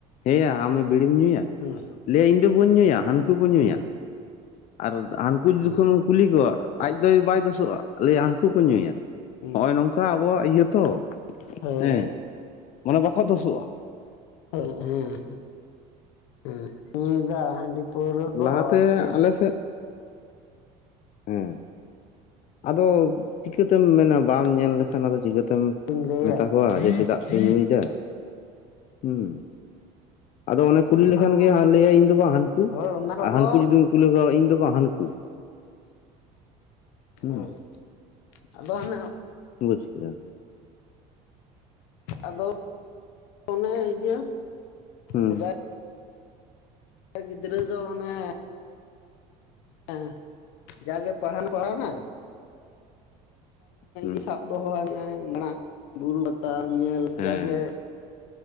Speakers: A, on the left; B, on the left.
A: ᱦᱮᱸᱭᱟ ᱟᱢᱮ ᱵᱤᱲᱤᱢ ᱧᱩᱭᱟ
B: ᱦᱩᱸ
A: ᱞᱟᱹᱭᱟ ᱤᱧ ᱫᱚ ᱵᱟᱹᱧ ᱧᱩᱭᱟ ᱦᱟᱹᱱᱠᱩ ᱠᱚ ᱧᱩᱭᱟ,
B: ᱦᱩᱸ
A: ᱟᱨ ᱦᱟᱱᱠᱩ ᱡᱩᱫᱤᱠᱷᱚᱱᱮᱢ
B: ᱦᱩᱸ
A: ᱠᱩᱞᱤ ᱠᱚᱣᱟ ᱟᱡ ᱫᱚᱭ ᱵᱟᱭ ᱫᱳᱥᱚᱜᱼᱟ ᱞᱟᱹᱭᱟ ᱦᱟᱱᱠᱩ ᱠᱚ ᱧᱩᱭᱟ
B: ᱦᱩᱸ
A: ᱱᱚᱜᱼᱚᱭ ᱱᱚᱝᱠᱟ ᱟᱵᱚᱣᱟᱜ ᱤᱭᱟᱹ ᱛᱚ᱾
B: ᱦᱳᱭ
A: ᱦᱮᱸ ᱢᱟᱱᱮ ᱵᱟᱠᱚ ᱫᱩᱥᱳᱜᱼᱟ᱾
B: ᱦᱮᱸ ᱦᱮᱸ᱾ ᱦᱮᱸ ᱧᱩᱭ ᱫᱟ ᱦᱟᱺᱰᱤ ᱯᱟᱹᱣᱨᱟᱹ
A: ᱞᱟᱦᱟᱛᱮ
B: ᱠᱚ ᱟᱨ ᱪᱮᱫ
A: ᱟᱞᱮ ᱥᱮᱫ ᱦᱮᱸ᱾ ᱟᱫᱚ ᱪᱤᱠᱟᱹᱛᱮᱢ ᱢᱮᱱᱟ ᱵᱟᱢ ᱧᱮᱞ ᱞᱮᱠᱷᱟᱱ ᱟᱫᱚ ᱪᱤᱠᱟᱹᱛᱮᱢ
B: ᱵᱤᱱ ᱞᱟᱹᱭᱟ
A: ᱢᱮᱛᱟ ᱠᱚᱣᱟ ᱡᱮ ᱪᱮᱫᱟᱜ ᱧᱩᱭᱫᱟ ᱦᱩᱸ ᱟᱫᱚ ᱚᱱᱮ ᱠᱩᱞᱤ ᱞᱮᱠᱷᱟᱱ
B: ᱟᱫᱚ
A: ᱜᱮ ᱞᱟᱹᱭᱟ ᱤᱧ ᱫᱚ ᱵᱟᱝ ᱦᱟᱹᱱᱠᱩ,
B: ᱦᱳᱭ ᱚᱱᱟ ᱠᱚᱫᱚ
A: ᱟᱨ ᱦᱟᱹᱱᱠᱩ ᱡᱩᱫᱤᱢ ᱠᱩᱞᱤ ᱠᱚᱣᱟ ᱤᱧ ᱫᱚ ᱵᱟᱝ ᱦᱟᱹᱱᱠᱩ᱾ ᱦᱩᱸ
B: ᱦᱳᱭ ᱟᱫᱚ ᱦᱟᱱᱮ
A: ᱵᱩᱡᱽ ᱠᱮᱫᱟ᱾
B: ᱟᱫᱚ <inaudible> ᱚᱱᱮ ᱤᱭᱟᱹ
A: ᱦᱮᱸ
B: ᱥᱮᱫᱟᱭ ᱜᱤᱫᱽᱨᱟᱹ ᱫᱚ ᱚᱱᱮ ᱦᱮᱸ ᱡᱟᱜᱮ ᱯᱟᱲᱦᱟᱣ ᱯᱟᱲᱦᱟᱣᱱᱟ
A: ᱦᱩᱸ
B: <inaudible> ᱫᱚᱦᱚᱼᱟᱭ <inaudible> ᱢᱮᱱᱟᱜ-ᱟ ᱵᱩᱨᱩ ᱯᱟᱛᱟ ᱧᱮᱞ
A: ᱦᱮᱸ
B: ᱡᱟᱜᱮ